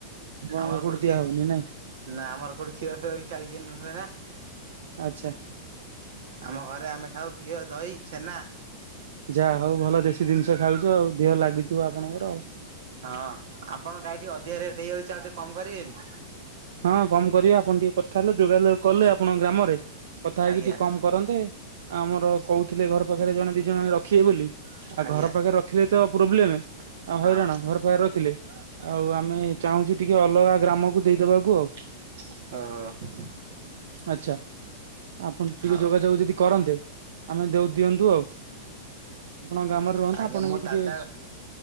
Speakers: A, on the right; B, on the right.
A: ଆପଣଙ୍କର
B: ଆମର କୋଉଠି
A: ଦିଆ
B: କ୍ଷ
A: ହଉନି ନାଇଁ
B: ନା ଆମର କୋଉଠି କ୍ଷୀର ଫିଆ ବିକା ହୁଏ ନା
A: ଆଚ୍ଛା!
B: ଆମ ଘରେ ଆମେ ଖାଉ ଘିଅ, ଦହି, ଛେନା
A: ଯାହା ହଉ ଭଲ ଦେଶୀ ଜିନିଷ ଖାଉଛ ଆଉ ଦେହ ଲାଗିଯିବ ଆପଣଙ୍କର ଆଉ
B: ହଁ ଆପଣଙ୍କ ଗାଈ ଟିକେ ଅଧିକା ରେଟ ହେଇଯାଉଛି ଆଉ ଟିକେ କମ କରିବେନି
A: ହଁ କମ କରିବା ଆପଣ ଟିକେ କଥା ହେଲେ ଯୋଗାଯୋଗ କଲେ ଆପଣଙ୍କ ଗ୍ରାମରେ କଥା ହେଇକି
B: ଆଜ୍ଞା
A: ଟିକେ କମ କରନ୍ତେ ଆ ଆମର କହୁଥିଲେ ଘର ପାଖରେ ଜଣେ ଦି ଜଣ ରଖିବେ ବୋଲି ଆଉ
B: ଆଜ୍ଞା
A: ଘର ପାଖରେ ରଖିଲେ ତ ପ୍ରୋବ୍ଲେମ ଆଉ
B: ହଁ
A: ହଇରାଣ ଘର ପାଖରେ ରଖିଲେ ଆଉ ଆମେ ଚାହୁଁଛୁ ଟିକେ ଅଲଗା ଗ୍ରାମକୁ ଦେଇଦବାକୁ ଆଉ
B: ଓହୋ।
A: ଆଛା ଆପଣ ଟିକେ
B: ହଉ
A: ଯୋଗାଯୋଗ ଯଦି କରନ୍ତେ ଆମେ ଯୋଗ ଦିଅନ୍ତୁ। ଆଉ ଆପଣ ଗ୍ରାମରେ ରୁହନ୍ତା
B: ଆଜ୍ଞା
A: ଆପଣ
B: ମୋ
A: ବି ଟିକେ
B: ଦାଦା